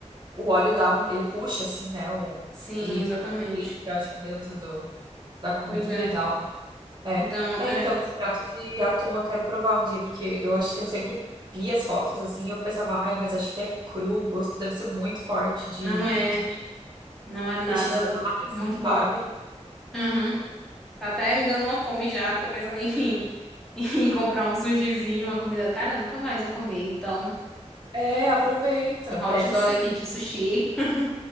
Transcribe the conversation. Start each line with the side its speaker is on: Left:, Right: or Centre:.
Right: o óleo dá um, ele puxa, assim, né? O,
Centre: Sim,
Right: ele
Centre: exatamente.
Right: entra, acho que dentro do, da comida
Centre: Pois é.
Right: e tal. É.
Centre: Então,
Right: É,
Centre: é,
Right: então, esse prato de atum eu quero provar um dia, porque eu, ach... eu sempre vi as fotos assim, e eu pensava, ai, mas acho que é cru, o gosto deve ser muito forte de,
Centre: não é,
Right: de pe-
Centre: não é nada
Right: peixe de mar,
Centre: muito
Right: assim,
Centre: bom.
Right: sabe?
Centre: Uhum. Tá até me dando uma fome já. Tô pensando em, <laughs> em comprar um sushizinho, uma comida. Cara, nunca mais eu comi. Então,
Right: É, aproveita,
Centre: um hot
Right: pede
Centre: dog
Right: sim.
Centre: aqui de sushi. <laughs>